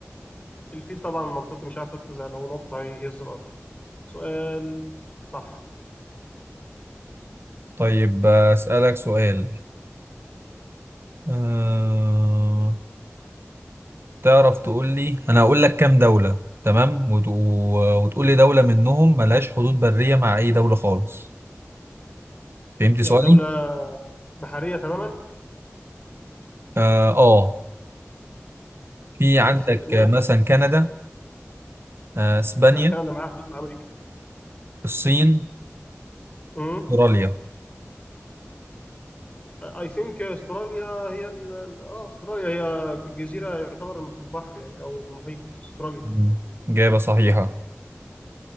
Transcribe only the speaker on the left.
الفيل طبعا منطقي مش عارف يقفز يعني، لو نط هيهز الارض سؤال صح
يعني دولة بحرية تماما
ده ازاي ده ماشي
لا كندا معاها حدود مع امريكا
امم
اي ثينك استراليا هي ال... ال- اه استراليا هي جزيرة يعتبر في البحر يعني او المحيط استراليا